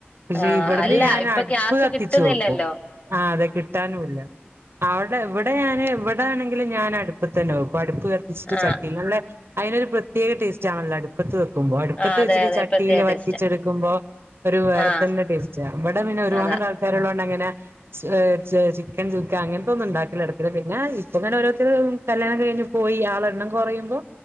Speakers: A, on the right; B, on the left.
A: പക്ഷെ
B: ആഹ്
A: ഇവടന്ന്
B: അല്ല
A: ഞാനടുപ്പ്
B: ഇപ്പൊ ഗ്യാസ്
A: കത്തിച്ചു
B: കിട്ടുന്നില്ലല്ലോ
A: വെക്കും ആഹ് അതെ കിട്ടാനുമില്ല അവടെ ഇവടെ ഞാന് ഇവടെ ആണെങ്കിലും ഞാനടുപ്പത്തന്നെ വെക്കും അടുപ്പ് ക ത്തിച്ചിട്ട്
B: ആഹ്
A: ചട്ടീല് നല്ലേ അയ്നൊര് പ്രത്യേക ടേസ് റ്റാണല്ലോ അടുപ്പത്ത് വെക്കുമ്പോ അടുപ്പത്ത്
B: ആഹ് അതെ
A: വെച്ചിട്ട്
B: അതെ
A: ചട്ടീല്
B: പ്രത്യേക ടേസ്റ്റാ
A: വറ്റിച്ചെടുക്കുമ്പോ ഒരു വേറെ
B: ആഹ്
A: തന്നെ ടേസ്റ്റാ ഇവടെ പിന്നെ ഒരുപാട്
B: അതാ
A: ആൾക്കാരൊള്ളൊണ്ട് അങ്ങനെ ഏഹ് ച്ച് ചിക്കൻ ചുക്ക അങ്ങനത്തൊന്നുണ്ടാക്കല് നടക്കൂല്ല പിന്നെ ഇപ്പൊ തന്നെ ഓരോരുത്തര് കല്യാണം കഴിഞ്ഞ് പോയി ആളെ എണ്ണം കൊറയുമ്പോ